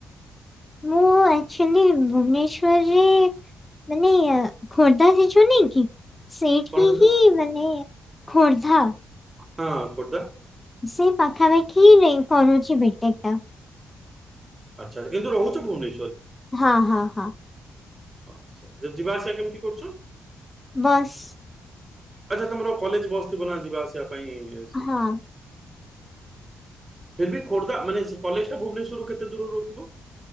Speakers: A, on the left; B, on the right.
A: ମୁଁ ଆକ୍ଚୁଆଲି ଭୁବନେଶ୍ଵରରେ ନ ଖୋର୍ଦ୍ଧା ସେଛ ନାଇ କି ସେଇଠି
B: କଣ କହିଲ
A: ହିଁ ମାନେ ଖୋର୍ଦ୍ଧା
B: ହଁ ପଡଦ <unintelligible>
A: ସେଇ ପାଖାପାଖି କରୁଛି ବିଟେକ ଟା
B: ଆଛା, କିନ୍ତୁ ରହୁଛ କେଉଁଠି?
A: ହଁ ହଁ ହଁ
B: ଆଛା, ଯ ଯିବା ଆସିବା କେମିତି କରୁଛ?
A: ବସ୍
B: ଆଚ୍ଛା, ତମର କଲେଜ ବସ ଥିବ ନା ଯିବା ଆସିବା ପାଇଁ, ଏ ସ
A: ହଁ
B: ଫିର ବି ଖୋର୍ଦ୍ଧା ମାନେ, କଲେଜ ଟା ଭୁବନେଶ୍ୱରରୁୁ କେତେ ଦୂର ରହୁଥିବ?